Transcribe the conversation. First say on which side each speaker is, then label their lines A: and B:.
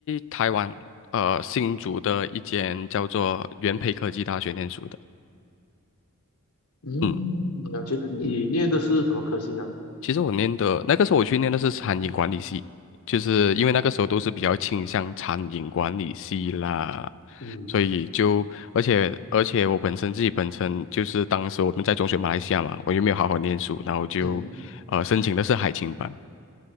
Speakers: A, on the left; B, on the left.
A: 台湾，呃，新竹的一间叫做元培科技大学念书的。
B: 嗯，
A: 嗯，
B: 了解。那你念的是什么科系呢？
A: 其实我念的那个时候我去念的是餐饮管理系，就是因为那个时候都是比较倾向餐饮管理系啦，
B: 嗯
A: 所以就而且而且我本身自己本身就是当时我们在中学马来西亚嘛，我又没有好好念书，然后就呃申请的是海青班。
B: 嗯，